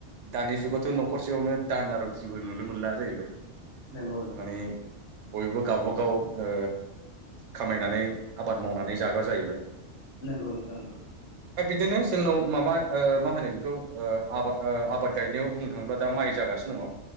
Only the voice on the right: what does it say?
दानि जुगावथ' न'खरसेयावनो दाना रुत्रिबो नुनो मोनला जाहैबाय।
माने बयबो गावबागाव ओ खामायनानै आबाद मावनानै जाग्रा जाहैबाय।
दिनो जोंनाव माबा ओ मा होनो खौ ओ आबाद ओ आबाद गायनायाव बुंनो थाङोब्ला दा माइ जागासिनो दङ।